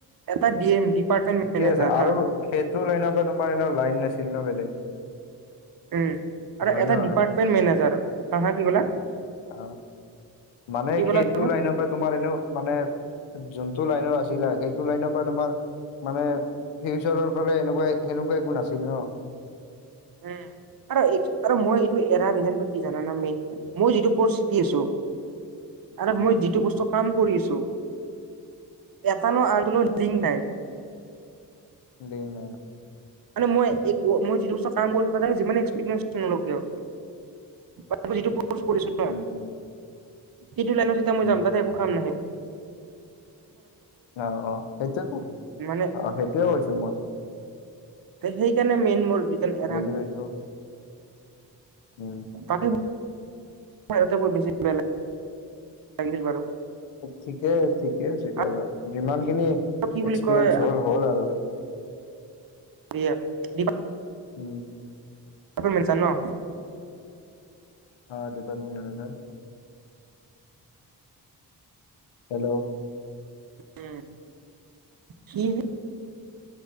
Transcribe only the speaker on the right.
এটা ডি এম ডিপাৰ্টমেন্ট
মেনেজাৰ
হা
উম আৰু
এটা
ডিপাৰ্টমেট মেনেজাৰ হা, হা কি ক'লা?
কি ক'লা
তুমি
উম আৰু এই আৰু মই এইটো এৰা ৰিজনটো কি জান না মেইন মই যিটো কৰ্ শিকি আছো। আৰু
মই যিটো বস্তু কাম কৰি আছো। এটানো আৰু নো লিংক নাই।
মই, মই য দৰ কাম কৰ ত যিমান এসপিৰি কিয়? ত যিটো ক কৰিছো ন।
সেইটো লাইনতত মই
যাম তাত একো কাম নাহিব।
মানে
ত সেইকাৰণে মেইন মোৰ জন এৰা-
তাকে। হয়টো বেছি বেয়া লাগিছিল বাৰু
আৰু
কি বুলি কয়
দিয়া <unintelligible>
আাপোনি লৈছে ন'?
উম! সি,